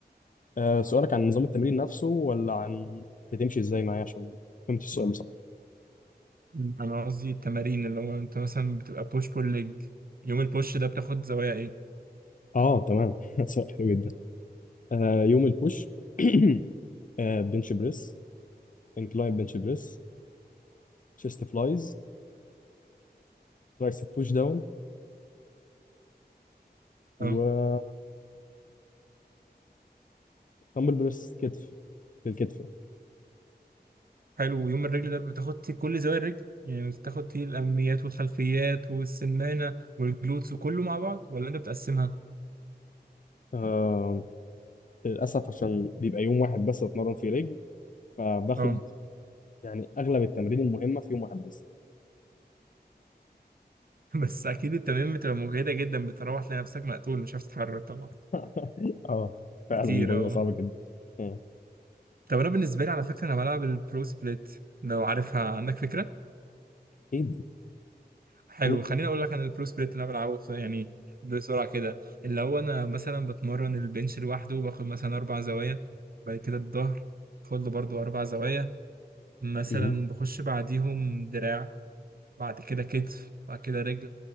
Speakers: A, on the left (about 50°); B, on the right (about 60°).
A: آه، سؤالك عن نظام التمرين نفسه ولا عن بتمشي إزاي معايا عشان فهمت السؤال بصراحة
B: مم. انا قصدي التمارين اللي هو انت مثلا بتبقى بوش بول ليج يوم البوش ده بتاخد زوايا ايه
A: أه تمام <laughs> سؤال حلو جدا آه، يوم البوش <coughs> <clears throat> آه، بنش بريس انكلاين بنش بريس شيست فلايز ترايسب بوش داون وتمبل
B: اه
A: بريس كتف للكتف
B: حلو يوم الرجل ده بتاخد فيه كل زوايا الرجل يعني بتاخد فيه الاماميات والخلفيات والسمانه والجلوتس وكله مع بعض ولا انت بتقسمها
A: آه للأسف عشان بيبقى يوم واحد بس أتمرن فيه رجل فباخد
B: اه
A: يعني أغلب التمارين المهمة في يوم واحد بس
B: <laughs> بس اكيد التمارين بتبقى مجهده جدا بتروح تلاقي نفسك مقتول مش عارف تتحرك طبعا
A: <laughs> اه فعلا
B: كتير
A: الموضوع بيبقى
B: اه
A: صعب جدا آه،
B: طب انا بالنسبه لي على فكره انا بلعب البرو سبليت لو عارفها عندك فكره
A: أكيد
B: حلو
A: قول
B: خليني اقول لك عن البرو سبليت اللي انا بلعبه بس- يعني بسرعه كده اللي هو انا مثلا بتمرن البنش لوحده باخد مثلا اربع زوايا بعد كده الظهر باخد له برضه اربع زوايا مثلا
A: مهم.
B: بخش بعديهم دراع بعد كده كتف بعد كده رجل